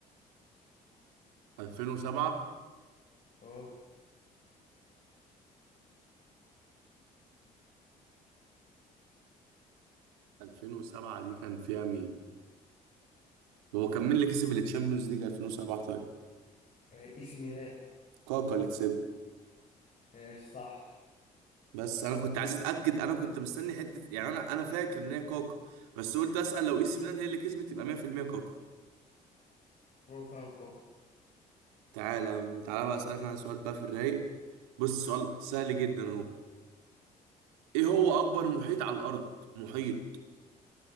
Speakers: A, on the right; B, on the left.
A: 2007
B: اه
A: 2007 دي كان فيها مين هو كان مين اللي كسب التشامبيونز ليج 2007 طيب
B: آه، اي سي ميلان
A: كاكا اللي كسبها
B: ماشي صح
A: بس انا كنت عايز اتاكد انا كنت مستني حته يعني انا انا فاكر ان هي كاكا بس قلت اسال لو اي سي ميلان هي اللي كسبت يبقى 100% كاكا
B: هو فعلا الكوكب
A: تعالى تعالى بقى اسالك انا سؤال بقى في الرايق بص سؤال سهل جدا اهو ايه هو اكبر محيط على الارض محيط